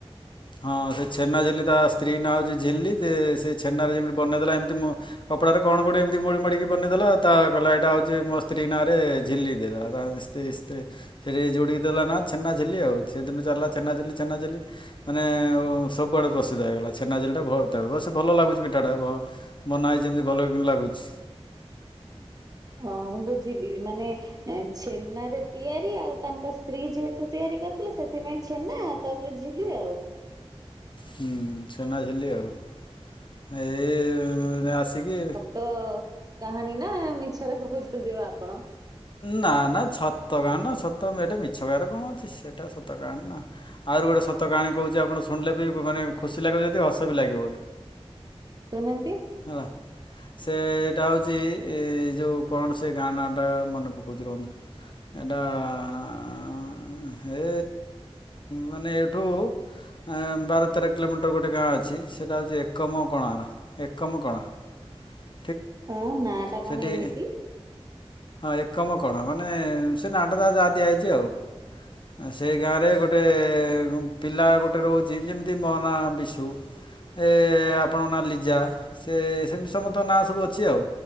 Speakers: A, on the left; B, on the right.
A: ହଁ ସେ ଛେନାଝିଲି ତା ସ୍ତ୍ରୀ ନାଁ ହେଉଚି ଝିଲି ସେ ସେ ଛେନାରେ ଯେମିତି ବନେଇ ଦେଲା ଏମିତି ମୋ କପଡାରେ କଣ ଗୋଟେ ଏମିତି ମୋଡି ମାଡିକି ବନେଇଦେଲା ତା କହିଲା ଏଇଟା ହଉଚି ମୋ ସ୍ ସ୍ତ୍ରୀ ନାଁ ରେ ଝିଲି ଦେଇଦେଲା ତା ସ୍ତ୍ରୀ ସ୍ତ୍ରୀ ଫେରେ ଏ ଯୋଡ଼ି କି ଦେଲା ନା ଛେନା ଝିଲି ଆଉ ସେଦିନୁ ଚାଲିଲା ଛେନା ଝିଲି ଛେନା ଝିଲି। ମାନେ ଉଁ ସବୁଆଡ଼େ ପ୍ରସିଦ୍ଧ ହେଇଗଲା ଛେନା ଝିଲିଟା ବହୁତ ଅବଶ୍ୟ ଭଲ ଲାଗୁଚି ମିଠାଟା ଭ ବନା ହେଇଛି ଏମିତି ଭଲ ବି କିନ୍ତୁ ଲାଗୁଚି।
B: ଓହୋ ମୁଁ ବୁଝିଲି ମାନେ ଏଁ ଛେ ଛେନାରେ ତିଆରି ଆଉ ତାଙ୍କ ସ୍ତ୍ରୀ ଯେହେତୁ ତିଆରି କରିଥିଲେ ସେଥିପାଇଁ ଛେନା ଆଉ ତାପରେ ଝିଲି ଆଉ।
A: ହୁଁ ଛେନାଝିଲି ଆଉ ଏଇ ଆସିକି।
B: ତ କାହାଣୀ ନା ମିଛରେ କହୁଚନ୍ତି ବା ଆପଣ।
A: ନା ନା ଛତ କାହାଣି ନା ସତ ଏଇଟା ମିଛ କହିବାରେ କଣ ଅଛି ସେଟା ସତ। ସତ କାହାଣୀ ନା ଆହୁରି ଗୋଟେ ସତ କାହାଣୀ କହୁଚି ଆପଣ ଶୁଣିଲେ ବି ମାନେ। ଖୁସି ଲାଗିବ ଯେତି ‌କି ହସ ବି ଲାଗିବ ବୋଧେ
B: କହୁନାହାନ୍ତି
A: ହେଲା ସେ ସେଇଟା ହଉଚି ଏ ଯୋଉ କଣ ସେ ଗାଁ ନାଟା ମନେ ପକଉଚି ରୁହନ୍ତୁ। ଏଟା ଆ ହେ ମାନେ ଏଇଠୁ। ଏଁ ବାର ତେର କିଲୋମିଟର ଗୋଟେ ଗାଁ ଅଛି ସେଇଟା ହଉଚି ଏକମ କଣା ନା ଏକମ କଣା। <inaudible>
B: ହଁ ନାଁଟା କଣ
A: ସେଠି
B: ଏମିତି।
A: ହଁ ଏକମ କଣା ମାନେ ସେ ନାଁ ଟା ତାର ଯାହା ଦିଆ ହେଇଚି ଆଉ। ଆ ସେଇ ଗାଁରେ ଗୋଟେ ପିଲା ଗୋଟେ ରହୁଚି ଯେମିତି ମୋ ନାଁ ବିଶୁ। ଏ ଆପଣଙ୍କ ନାଁ ଲିଜା ସେ ସେମିତି ସମସ୍ତଙ୍କ ନାଁ ସବୁ ଅଛି ଆଉ।